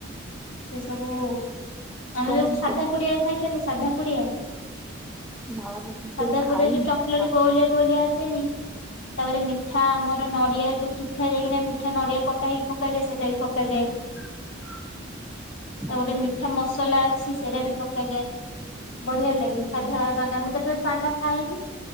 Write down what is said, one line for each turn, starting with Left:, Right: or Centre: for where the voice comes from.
Left: ସେ ସବୁ ଆମେ
Centre: ସୋମ୍ପ
Left: ଯୋଉ ସାଧା ପୁଡିଆ ଖାଇ ସାଧାପୁଡିଆ
Centre: ନା ନା ମୁଁ
Left: ସାଧାପୁରିଆ
Centre: କେବେ ଖାଇନି
Left: ଯୋଉ ଚକିଲେଟ୍
Centre: ଆ
Left: ଗୋଲିଆ ଗୋଲିଆ ଆସେ ସେନି ତାପରେ ମିଠା ଆମର ନଡିଆ ଯୋଉ ଶୁଖାଯାକ କି ନା ମିଠା ନଡିଆ କଟା ହେଇି ପକାଯାଏ ସେଇଟା ବି ପକାଯାଏ।
Centre: <inaudible>
Left: ତ
Centre: ଆଚ୍ଛା
Left: ଗୋଟେ ମିଠା ମସଲା ଅଛି। ସେରା ବି ପକାଯାଏ। ବଢିଆ ଲାଗେ ସାଧା ପାନ ମୁଁ ତ କେବେ ପାନ ଖାଏନି।